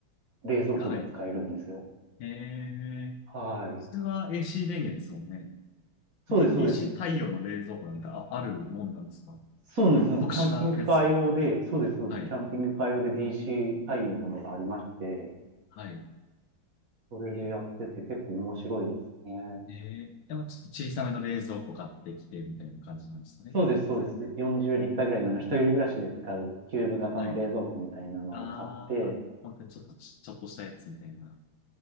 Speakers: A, on the right; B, on the left.
A: 冷蔵庫が使えるんですよ。
B: はい。えー、
A: はい。
B: 普通は AC 電源ですもんね。
A: そうです、
B: D、
A: そうです。
B: DC 太陽の冷蔵庫なんてあ、あるもんなんですか
A: そうなんです、そうなんです。
B: 特殊なやつ。
A: キャンピングカー用で、そうです、そうです。
B: はい。
A: キャンピングカー用で DC 対応のがありまして、
B: はい。
A: それでやってて結構面白いですね。
B: えー、でもちょっと小さめの冷蔵庫買ってきてみたいな感じなんですかね。
A: そうです、そうです。40リッターぐらいのあの一人暮らしで使うキューブ型の冷蔵庫みたいなのを買って、
B: うーん。はい。あー、あ、本当にちょっとち、ちょっとしたやつみたいな。